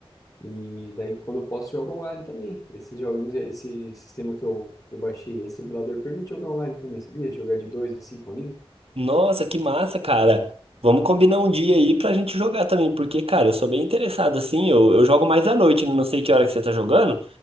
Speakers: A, on the left (about 35°); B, on the right (about 75°).
A: E daí, quando eu posso, jogo online também. Esses joguinhos, esse sistema que eu, eu baixei, esse simulador, permite jogar online também, sabia? Jogar de dois, assim, com um amigo.
B: Nossa, que massa, cara. Vamos combinar um dia aí pra gente jogar também, porque, cara, eu sou bem interessado, assim, eu, eu jogo mais à noite, né? não sei que hora que você tá jogando,